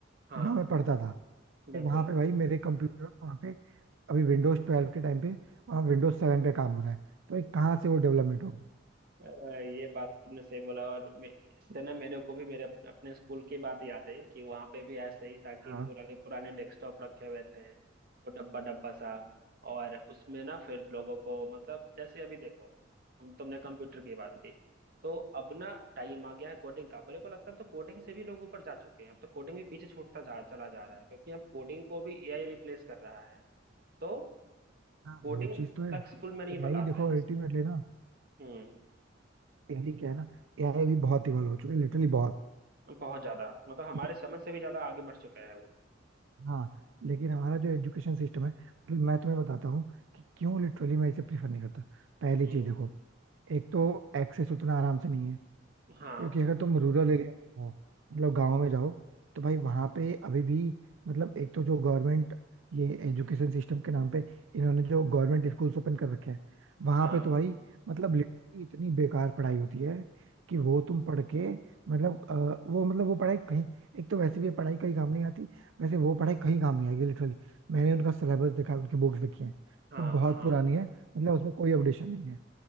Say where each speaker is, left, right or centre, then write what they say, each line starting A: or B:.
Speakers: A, on the right; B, on the right.
A: हाँ
B: तो जहाँ मैं पढ़ता था
A: बिल्कुल
B: वहां पे भाई मेरे कंप्यूटर वहां पे अभी विंडोज ट्वेल्व के टाइम पे वहाँ विंडोज सेवन पे काम हो रहा है तो भाई कहाँ से वो डेवलपमेंट होगी
A: अ, ये बात तुमने सही बोला और मे- इससे ना मेरे को भी मेरे अप- अपने स्कूल की बात याद है कि वहां पे भी ऐसे ही था कि
B: हाँ
A: पुराने पुराने डेस्कटॉप रखे हुए थे वो डब्बा डब्बा सा और उसमें ना फिर लोगों को मतलब जैसे अभी देखो हम तुमने कंप्यूटर की बात की तो अब ना टाइम आ गया है कोडिंग का मेरे को लगता है अब तो कोडिंग से भी लोग ऊपर जा चुके हैं अब तो कोडिंग भी पीछे छूटता जा चला जा रहा है क्योंकि अब कोडिंग को भी एआई रिप्लेस कर रहा है तो
B: हाँ
A: कोडिंग
B: वो चीज तो है
A: तक स्कूल में नहीं
B: एआई
A: बताते
B: देखो
A: हैं
B: अल्टीमेटली ना
A: हम्म
B: एआई क्या है ना एआई भी बहुत इवॉल्व हो चुकी है लिटरली बहुत
A: बहुत ज्यादा मतलब हमारे
B: बट
A: समझ से भी ज्यादा आगे बढ़ चुका है वो
B: हाँ लेकिन हमारा जो एजुकेशन सिस्टम है मतलब मैं तुम्हें बताता हूँ कि क्यों लिटरली मैं इसे प्रीफर नहीं करता पहली
A: हम्म
B: चीज देखो एक तो एक्सेस उतना आराम से नहीं
A: हाँ
B: क्योंकि अगर तुम रूरल एरिया में हो मतलब गांव में जाओ तो भाई वहां पे अभी भी मतलब एक तो जो गवर्नमेंट ये एजुकेशन सिस्टम के नाम पे इन्होंने जो गवर्नमेंट स्कूल्स ओपन कर रखे हैं वहां
A: हाँ
B: पे तो भाई मतलब लिटरली इतनी बेकार पढ़ाई होती है कि वो तुम पढ़ के मतलब अ, वो मतलब वो पढ़ाई कहीं एक तो वैसे भी ये पढ़ाई कहीं काम नहीं आती वैसे वो पढ़ाई कहीं काम नहीं आएगी लिटरली मैंने उनका सिलेबस देखा है, उनकी बुक्स देखी है
A: हाँ
B: वो बहुत
A: हाँ
B: पुरानी है मतलब उसमें कोई अपडेशन नहीं है